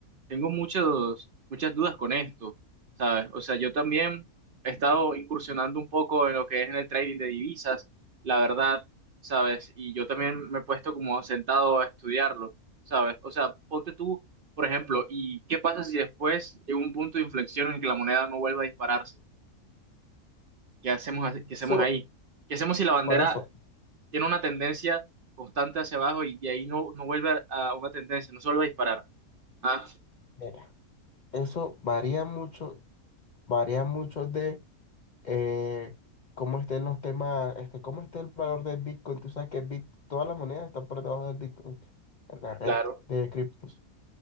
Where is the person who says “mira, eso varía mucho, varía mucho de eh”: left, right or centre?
Left